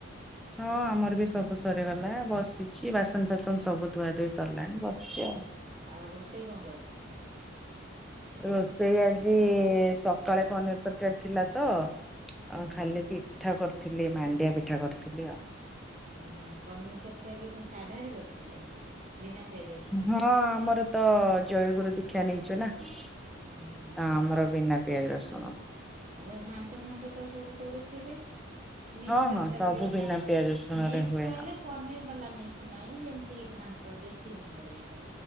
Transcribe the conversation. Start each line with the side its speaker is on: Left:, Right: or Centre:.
Centre: ହଁ ଆମର ବି ସବୁ ସରିଗଲା ବସିଛି ବାସନ ଫାସନ ସବୁ ଧୁଆ ଧୋଇଇ ସରିଲାଣି ବସିଛି ଆଉ।
Right: ଆଉ ରୋଷେଇ କଙ୍କରଥିଲା।
Centre: ରୋଷେଇ ଆଜି ସକାଳେ ପନିର ତରକାରୀ ଥିଲା ତ। ଆ
Right: ହଁ
Centre: ଖାଲି ପିଠା କରିଥିଲି ମାଣ୍ଡିଆ ପିଠା କରିଥିଲି ଆଉ।
Right: ଓହୋ ପନି ତରକାରୀ କଣ ସାଧାରେ କରିଥିଲେ। ବିନା ପିଆଜ ରସୁଣରେ
Centre: ହଁ ଆମର ତ ଜୟଗୁରୁ ଦୀକ୍ଷା ନେଇଛୁ ନା। ତ
Right: ଓହୋ
Centre: ଆମର ବିନା ପିଆଜ ରସୁଣ।
Right: ଆଗେ ଘାଣ୍ଟ ଫାଣ୍ଟ ତ ସବୁ କରୁଥିବେ? ମିକ୍ସ
Centre: ହଁ
Right: ତରକାରୀ
Centre: ହଁ ସବୁ
Right: ଯେଉଁଟା
Centre: ବିନା ପିଆଜ। ରସୁଣ
Right: ମିକ୍ସ
Centre: ରେ ହୁଏ।
Right: କହିଲେ ପନିର ବାଲା ମିକ୍ସ ନାହିଁ ଯେମିତି ଘାଣ୍ଟ ଦେଶୀ ଘାଣ୍ଟ ଯୋଉଟା।